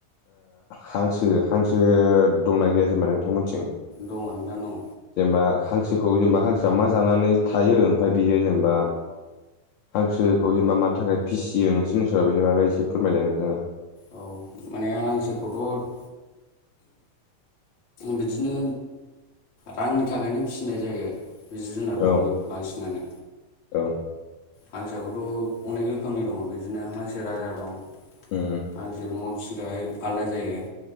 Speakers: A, on the left (about 80°); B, on the left (about 40°).
A: हांसो हांसो दंना गैया जेनेबा नोंथांमोनथिं
B: दङ आं द न'
A: जेनेबा हांसोखौ जेनेबा हांसोआ मा जानानै थायो ओमफफ्राय बियो जेनेबा हांसोखौ जेनेबा मानि थाखाय फिसियो नोंसिनिओसोराव बेनि बागै एसे फोरमायलाय नोंथाङा
B: औ माने आं हांसोरखौथ' बिदिनो रांनि थाखायनो फिनाय जायो बे जिब जुनारफोरखौनो
A: औ
B: बांसिनानो
A: औ
B: हांसोआाबोथ' अनेक रोखोमनि दङ बिदिनो हांसो राजा दं
A: ओ
B: हांसो न'आव फिसिग्रााय आलादा जायो